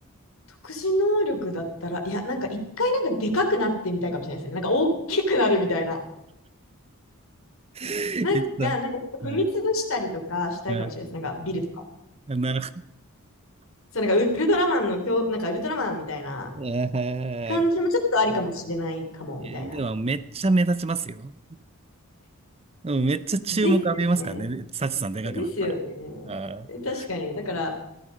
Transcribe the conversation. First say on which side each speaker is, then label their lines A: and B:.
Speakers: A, on the left (about 65°); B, on the right (about 25°).
A: 特殊能力だったら、いや、なんか一回なんかでかくなってみたいかもしれないですね。なんか大きくなるみたいな。
B: <laughs>
A: なんか、
B: えっと、
A: なんか踏み潰したりとかしたいかもしれないです。
B: うん、う
A: なんかビルとか。
B: ん、なるほ
A: そう、なんかウルトラマンの強、なんかウルトラマンみたいな
B: ど <laughs>。えー
A: 感じもちょっとありかもしれないかも、みたいな。
B: えでも、めっちゃ目立ちますよ。うん、めっちゃ注目浴びますからね、
A: ですよね。
B: サチさんでかくなったら。
A: ですよね。
B: あー
A: 確かに。だから、